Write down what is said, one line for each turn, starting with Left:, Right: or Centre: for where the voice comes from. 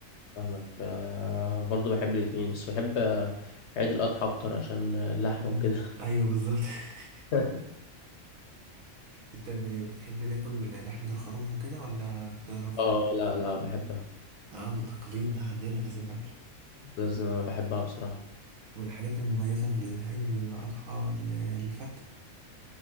Left: فاهمك آه، برضو بحب الاثنين بس بحب آه، عيد الاضحى اكتر عشان اللحمه
Right: مم.
Left: وكده
Right: ايوه بالظبط <laughs>
Left: <laughs>
Right: انت ب- بتحب تاكل لحمة الخروف وكده ولا بتقرف
Left: اه لا لا بحبها
Right: اه ده تقليد ده عندنا لازم ناكله
Left: لازم بحبها بصراحه
Right: من الحاجات المميزة في العيد الأضحى ال- الفتة